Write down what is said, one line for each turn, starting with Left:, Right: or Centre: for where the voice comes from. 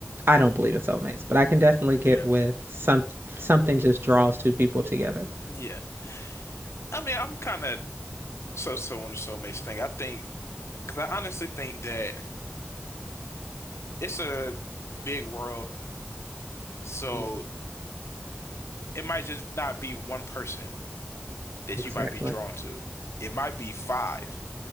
Right: I don't believe in soulmates, but I can definitely get
Left: yeah,
Right: with some something just draws two people together.
Left: yeah. I mean, I'm kind of so-so on the soulmates thing. I think, because I honestly think that it's a big world, so
Right: Mhm.
Left: it might just not be one person that
Right: Exactly.
Left: you might be drawn to. It might be five,